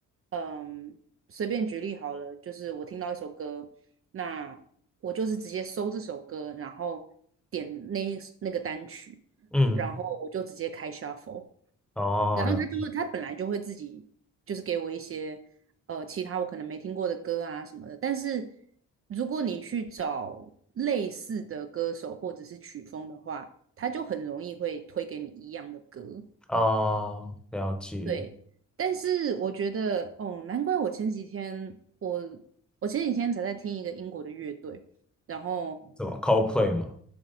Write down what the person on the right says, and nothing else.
嗯，随便举例好了，就是我听到一首歌，那我就是直接搜这首歌，然后点那那个单曲，
然后我就直接开 shuffle。
然后他就会，他本来就会自己就是给我一些呃其他我可能没听过的歌啊什么的。但是如果你去找类似的歌手或者是曲风的话，他就很容易会推给你一样的歌。
对，但是我觉得哦，难怪我前几天我我前几天才在听一个英国的乐队，然后